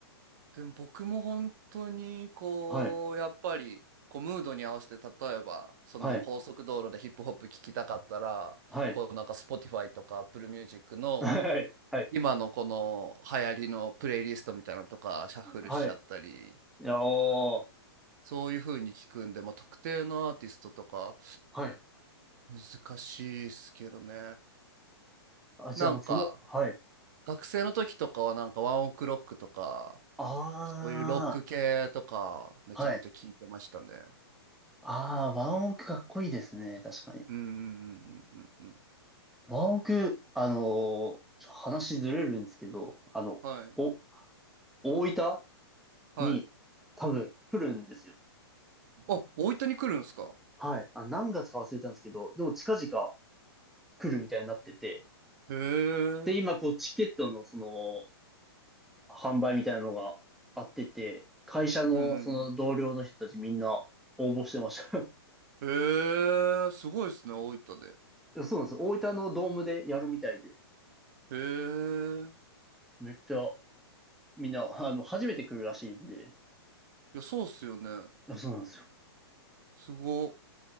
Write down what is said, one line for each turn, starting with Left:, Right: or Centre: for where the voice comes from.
Right: でも僕も本当にこう、
Centre: はい、
Right: やっぱりこうムードに合わせて、例えばその高速道路でヒップホップ聴きたかったら、
Centre: はい、はい、
Right: こうなんか Spotify とか Apple Music の
Centre: はい、<laughs> はい、
Right: 今のこの流行りのプレイリストみたいなのとかシャッフルしちゃったり
Centre: はい。いやー、
Right: そういう風に聞くんで、まあ、特定のアーティストとか
Centre: はい。
Right: 難しいっすけどね
Centre: あ、じゃあもうその、
Right: なんか
Centre: はい。
Right: 学生の時とかはなんかワンオクロックとか
Centre: あ
Right: そういうロック系とかめちゃくちゃ聞いてましたね
Centre: ー、はい。あー、ワンオクかっこいいですね、確かに。
Right: うんうんうんうんうんうん
Centre: ワンオク、あのーちょ話ずれるんですけど、あの、
Right: はい
Centre: お、大分
Right: はい
Centre: に多分来るんですよ。
Right: あ大分に来るんですか
Centre: はい。あ、何月か忘れたんですけど、でも近々来るみたいになってて、
Right: へえうん
Centre: で、今こうチケットのその販売みたいなのがあってて、会社のその同僚の人たちみんな応募してました。
Right: うん
Centre: <laughs> い
Right: うんへえすごいっすね大分で
Centre: やそうなんです。大分のドームでやるみたいで、
Right: へえ。
Centre: めっちゃみんな、あの、初めて来るらしいんで、
Right: いや、そうっすよね。
Centre: あそうなんですよ。
Right: すご。